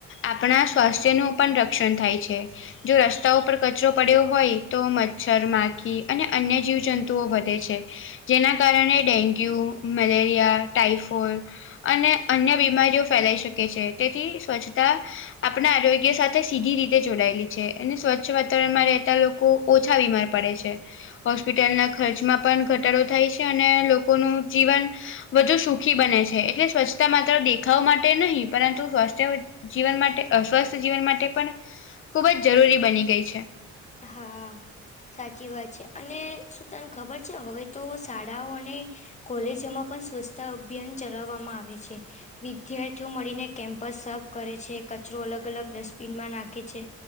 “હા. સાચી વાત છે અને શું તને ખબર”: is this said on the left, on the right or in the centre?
Left